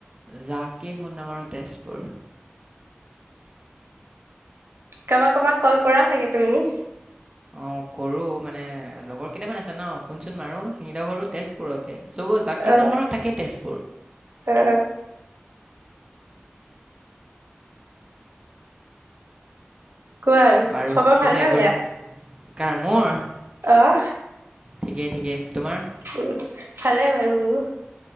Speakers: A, on the right (about 20°); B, on the right (about 75°).
A: যাকেই জাকে ফোন নামৰো তেজপুৰ।
B: কাৰোবাক কাৰবাক কল কৰা চাগে তুমি?
A: অ, কৰো মানে লগৰ কেইটামান আছে ন শুনচোন মাৰো শিঙিলা ঘৰো তেজপুৰতে। চব যাকে
B: অ
A: ফোোনমাৰক তাকে তেজপুৰ।
B: অ, কোৱা আৰু
A: বাৰু
B: খবৰ ভাল
A: পিছে
B: নে বেয়া?
A: ঘূৰি, কাৰ মোৰ?
B: অ',
A: ঠিকেই ঠিকে, তোমাৰ?
B: উ, ভালে বাৰু মোৰো।